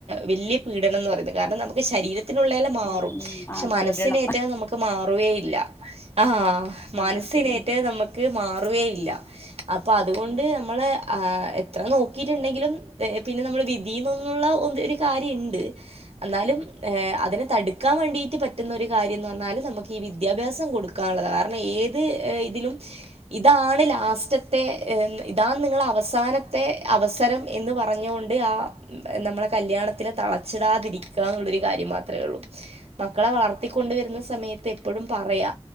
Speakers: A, on the right (about 85°); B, on the left (about 25°).
A: വല്ലിയ പീഡനം എന്ന് പറയുന്നേ കാരണം നമുക്ക് - ശരീരത്തിനുള്ളയെല്ലാം മാറും
B: ഉം ഉം
A: പക്ഷെ
B: മാനസിക
A: മനസിനേറ്റത്
B: പീഡനം
A: നമുക്ക് മാറ- മാറുവെയില്ല ആ മനസ്സിനേറ്റ്ത്
B: ആഹ് ശരിയാണ്
A: നമുക്ക് മാറുകേയില്ല അപ്പൊ അതുകൊണ്ട്
B: ഉം
A: നമ്മള് ആഹ് അത്ര നോക്കിട്ടുണ്ടെങ്കിലും പിന്നെ നമ്മൾ വിധിൊന്നുള്ള ഒ ഒരു കാര്യം ഉണ്ട് എന്നാലും അതിനെ തടുക്കാൻ വേണ്ടിട്ട് പറ്റുന്ന ഒരു കാര്യംന്ന് പറഞ്ഞാല് നമുക്ക് ഈ വിദ്യാഭ്യാസം കൊടുക്കും ക്കനുള്ളത കാരണം ഏത് ഇതിലും ഇതാണ് ലാസ്റ്റത്തെ ഇതാണ് നിങ്ങളെ അവസാന ത്തെ അവസരം എന്ന് പറഞ്ഞുകൊണ്ട് ആ നമ്മളെ കല്യാണത്തിന് തളച്ചിടാതിരിക്കുക എന്നുള്ളൊരു കാര്യം മാത്രമേ ഉള്ളൂ മക്കളെ വളർത്തിക്കൊണ്ട വരുന്ന സമയത്ത് എപ്പോഴും പറയാ